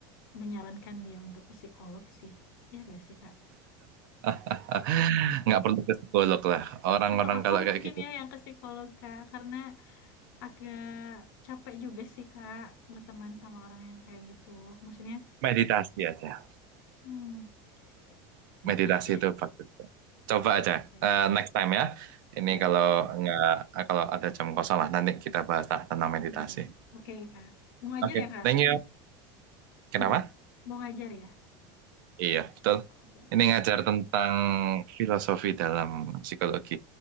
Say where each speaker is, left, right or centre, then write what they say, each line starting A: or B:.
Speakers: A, on the left; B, on the right.
A: menyarankan dia untuk ke psikolog sih. Ya gak sih Kak?
B: <laughs> nggak perlu ke psikolog lah. Orang-orang
A: Atau aku
B: kalau kayak
A: mungkin
B: gitu,
A: ya yang ke psikolog Kak. Karena agak capek juga sih Kak berteman sama orang yang kayak gitu. Maksudnya,
B: meditasi aja.
A: hmm, ya, ya. Meditasi.
B: Meditasi
A: <laughs>
B: itu bagus. Coba aja
A: Ya oke.
B: eh, next time ya. Ini
A: Iya,
B: kalau nggak eh, kalau ada jam kosong lah nanti kita bahas lah tentang meditasi.
A: iya ya. Oke Kak. Mau ngajar
B: Oke,
A: ya Kak?
B: Thank you. Kenapa?
A: Hmm. Mau ngajar ya?
B: Iya, betul.
A: Oke.
B: Ini ngajar tentang filosofi dalam psikologi.